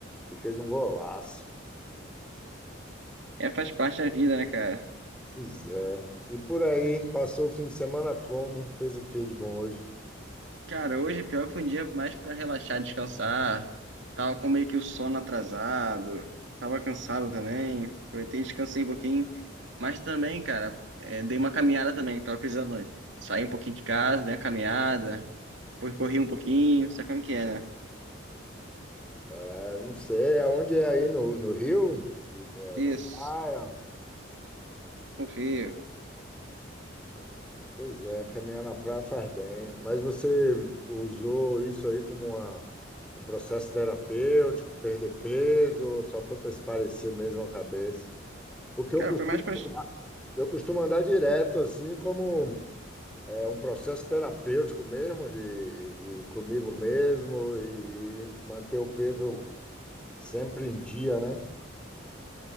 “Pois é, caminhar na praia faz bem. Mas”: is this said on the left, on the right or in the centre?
Centre